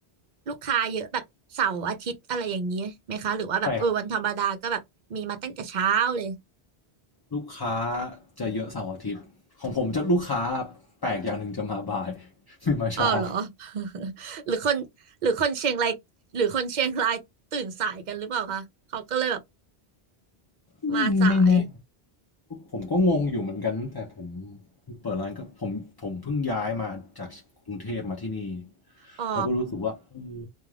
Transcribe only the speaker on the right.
ลูกค้าเยอะแบบเสาร์อาทิตย์อะไรอย่างนี้ไหมคะหรือว่าแบบเออวันธรรมดาก็แบบมีมาตั้งแต่เช้าเลย
อ้าวเหรอ
<laughs> หรือคนหรือคนเชียงรายหรือคนเชียงรายตื่นสายกันหรือเปล่าคะเขาก็เลยแบบ
มาสาย
อ๋อ